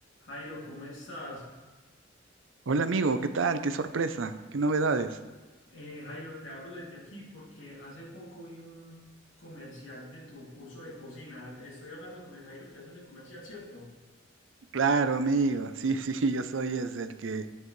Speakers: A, on the left; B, on the right.
A: Jairo, ¿cómo estás?
B: Hola amigo, ¿qué tal? ¿Qué sorpresa? ¿Qué novedades?
A: Eh, Jairo, te hablo desde aquí porque hace poco vi un comercial de tu curso de cocina. Estoy hablando con el Jairo que hace ese comercial, ¿cierto?
B: Claro, amigo. Sí, <laughs> sí, yo soy es el que